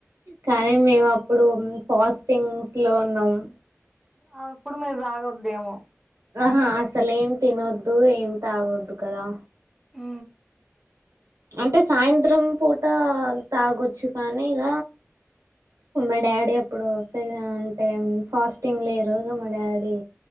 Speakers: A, on the right (about 75°); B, in the centre.
A: కానీ మేము అప్పుడు ఫాస్టింగ్స్లో ఉన్నాం మ్
B: అ అప్పుడు మీరు రాగోఉద్దేమో
A: ఆహా అసలేం తినొద్దు ఏం తాగోద్దు కదా
B: ఉ
A: అంటే సాయంత్రం పూట తాగొచ్చు కానీ ఇక మా డాడీ అప్పుడు అంటే ఫాస్టింగ్ లేరు ఇక మా డాడీ